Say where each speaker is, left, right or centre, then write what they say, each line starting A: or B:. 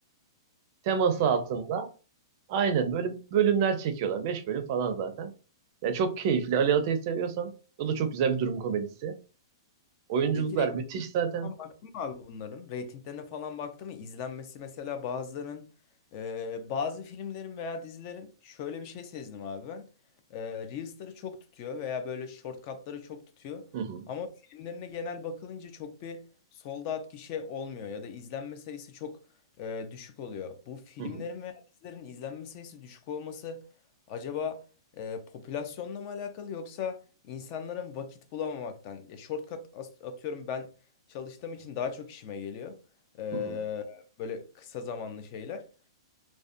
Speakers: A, on the right; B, on the left.
A: teması
B: Hı.
A: altında aynen böyle bölümler çekiyorlar. Beş bölüm falan zaten. Ya çok keyifli. Ali Atay'ı seviyorsan o da çok güzel bir durum komedisi. Oyunculuklar
B: Peki
A: müthiş zaten.
B: Ama baktın mı abi bunların? Ratinglerine falan baktı mı? İzlenmesi mesela bazılarının e, bazı filmlerin veya dizilerin şöyle bir şey sezdim abi ben. E, Reels'ları çok tutuyor veya böyle shortcut'ları çok tutuyor.
A: Hı hı,
B: Ama filmlerine genel bakılınca çok bir sold out gişe olmuyor ya da izlenme sayısı çok e, düşük oluyor. Bu filmlerin
A: hı hı,
B: veya dizilerin izlenme sayısı düşük olması acaba e, popülasyonla mı alakalı yoksa insanların vakit bulamamaktan? Ya shortcut as- atıyorum ben çalıştığım için daha çok işime geliyor. Ee,
A: hı hı.
B: böyle kısa zamanlı şeyler.